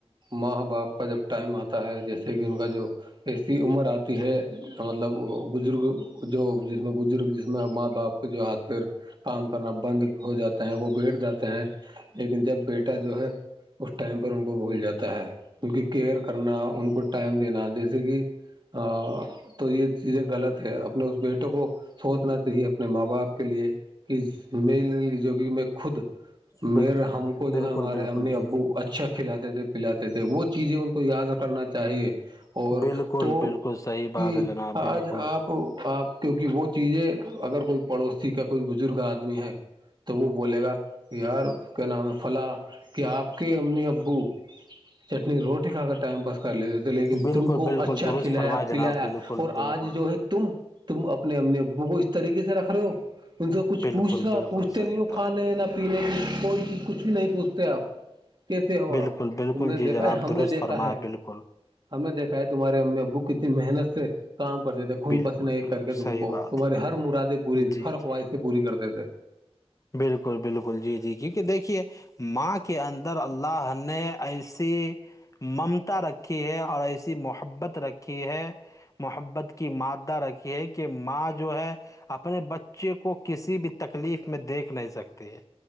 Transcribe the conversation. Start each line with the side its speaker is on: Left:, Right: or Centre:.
Right: ماں باپ کا جب ٹائم آتا ہے جیسے کہ ان کا جو ایسی عمر آتی ہے مطلب وہ بزرگ جو جس میں بزرگ جس میں ماں باپ جو ہاتھ پیر کام کرنا بند ہو جاتے ہیں وہ بیٹھ جاتے ہیں لیکن جب بیٹا جو ہے اس ٹائم پر ان کو بھول جاتا ہے کیہ کیئر کرنا ان کو ٹائم دینا جیسے کہ ہاں تو یہ چیزیں غلط ہے اپنے اس بیٹے کو سوچنا چاہیے اپنے ماں باپ کے لیے ک میل <unintelligible> ے لی جو کہ میں خود
Left: بالکل
Right: میرے ہم کو جو
Left: بالکل
Right: ہے ہمارے
Left: بالکل
Right: امی ابو
Left: جی جی
Right: اچھا کھلاتے تھے پلاتے تھے وہ چیزیں ان کو یاد کرنا چاہیے اور
Left: بالکل
Right: تو
Left: بالکل صحیح بات
Right: کہ
Left: ہے جناب بالکل
Right: آج آپ آپ کیوںکہ وہ چیزیں اگر کوئی پڑوسی کا کوئی بزرگ آدمی ہے تو وہ بولے گا یار کیا نام ہے فلاں کہ آپ کے امی ابو چٹنی روٹی کھا کر ٹائم پاس کر لیتے تھے لیکن
Left: بالکل
Right: تم کو
Left: بالکل
Right: اچھا
Left: درست
Right: کھلایا
Left: فرما جناب
Right: پلایا
Left: بالکل
Right: اور
Left: بالکل
Right: آج جو ہے تم تم اپنے امی ابو کو اس طریقے سے رکھ رہے ہو ان سے کچھ
Left: بالکل
Right: پوچھنا
Left: بالکل
Right: پوچھتے
Left: صحیح
Right: نہیں ہو
Left: بات
Right: کھانے نہ پینے کچھ کوئی چیز کچھ بھی نہیں پوچھتے آپ کیسے ہو
Left: بالکل
Right: آپ
Left: بالکل
Right: تم نے
Left: جی
Right: دیکھا
Left: جناب
Right: ہے ہم
Left: درست
Right: نے دیکھا
Left: فرما
Right: ہے
Left: بالکل
Right: ہم نے دیکھا ہے تمہارے امی ابوک اتنی محنت سے کام کرتے تھے خون
Left: بالکل
Right: پسن ایک
Left: بالکل
Right: کر کے تم
Left: صحیح
Right: کو
Left: بات
Right: تمہاری ہر مرادیں
Left: ہے
Right: پوری
Left: جی
Right: ہر
Left: جی
Right: خواہش سے پوری کرتے تھے
Left: بالکل بالکل جی جی کیونکہ دیکھیے ماں کے اندر اللہ نے ایسی ممتا رکھی ہے اور ایسی محبت رکھی ہے محبت کی مادہ رکھی ہے کہ ماں جو ہے اپنے بچ چے کو کسی بھی تکلیف میں دیکھ نہیں سکتے ہیں